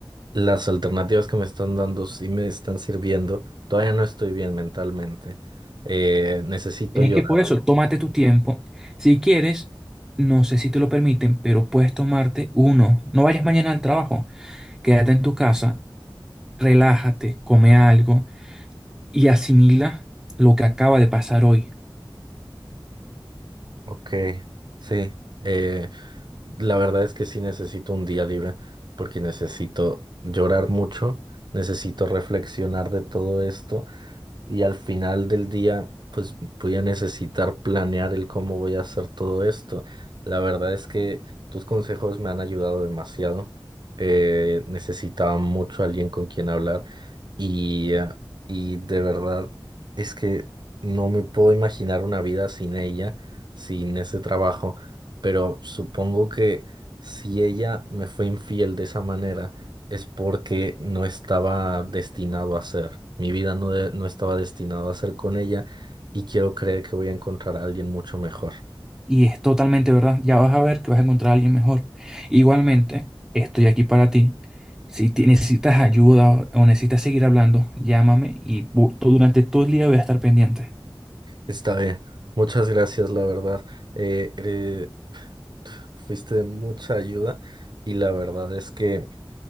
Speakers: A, on the right (about 55°); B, in the centre.
A: Las alternativas que me están dando sí me están sirviendo. Todavía no estoy bien mentalmente. Eh, necesito
B: Es
A: llorar.
B: que por eso, tómate tu tiempo. Si quieres, no sé si te lo permiten, pero puedes tomarte uno. No vayas mañana al trabajo. Quédate en tu casa, relájate, come algo y asimila lo que acaba de pasar hoy.
A: Ok, sí. Eh, la verdad es que sí necesito un día libre porque necesito llorar mucho, necesito reflexionar de todo esto Y al final del día, pues voy a necesitar planear el cómo voy a hacer todo esto. La verdad es que tus consejos me han ayudado demasiado. Eh, necesitaba mucho alguien con quien hablar y, eh, y de verdad es que no me puedo imaginar una vida sin ella, sin ese trabajo. Pero supongo que si ella me fue infiel de esa manera, es porque no estaba destinado a ser. Mi vida no, de- no estaba destinado a ser con ella y quiero creer que voy a encontrar a alguien mucho mejor.
B: Y es totalmente verdad. Ya vas a ver que vas a encontrar a alguien mejor. Igualmente, estoy aquí para ti. Si te- necesitas ayuda o o necesitas seguir hablando, llámame y bu- tú- durante todo el día voy a estar pendiente.
A: Está bien. Muchas gracias, la verdad. Eh, eh, fuiste de mucha ayuda y la verdad es que